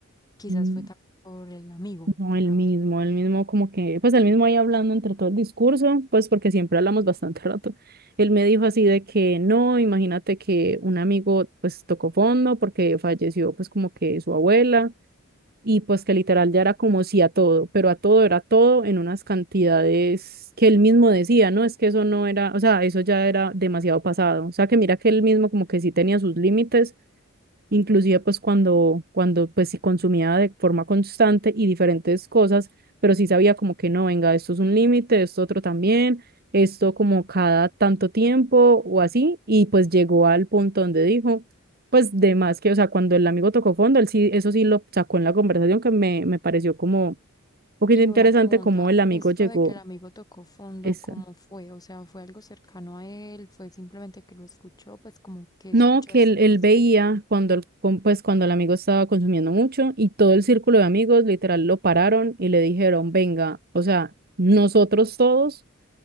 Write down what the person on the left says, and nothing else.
quizás
fue también por el amigo
de
pronto?
Y
una pregunta,
esto
de que el amigo tocó fondo,
¿cómo fue? O sea, ¿fue algo cercano a él? ¿Fue simplemente que lo escuchó? Pues como que escuchaste
al
respecto.